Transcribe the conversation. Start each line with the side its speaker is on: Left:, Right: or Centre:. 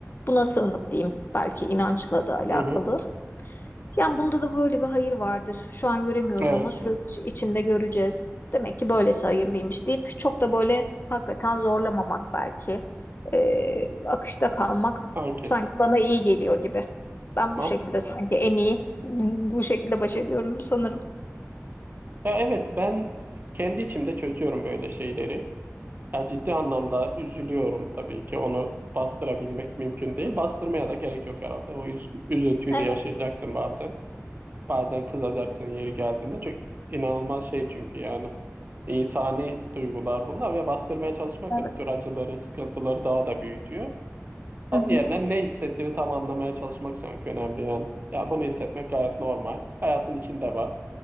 Left: buna sığınıp diyeyim belki inançla da alakalı.
Right: hı hı.
Left: Yani bunda da böyle bir hayır vardır. Şu an göremiyoruz
Right: Evet,
Left: ama süreç içinde göreceğiz. Demek ki böylesi hayırlıymış deyip çok da böyle hakikaten zorlamamak belki. Ee, akışta kalmak
Right: sanki.
Left: sanki bana iyi geliyor gibi. Ben
Right: Mantıklı.
Left: bu şekilde sanki en iyi bu şekilde baş ediyorum sanırım.
Right: Ya evet, ben kendi içimde çözüyorum böyle şeyleri. Ya ciddi anlamda üzülüyorum tabii ki. Onu bastırabilmek mümkün değil. Bastırmaya da gerek yok herhalde. O üz üzüntüyü
Left: Evet,
Right: de yaşayacaksın bazen. Bazen kızacaksın yeri geldiğinde. Çok inanılmaz şey çünkü yani. insani duygular bunlar ve bastırmaya çalışmak
Left: evet.
Right: da bu tür acıları, sıkıntıları daha da büyütüyor. Onun
Left: Hı hı.
Right: yerine ne hissettiğini tam anlamaya çalışmak sanki önemli yani. Ya bunu hissetmek gayet normal. Hayatın içinde var.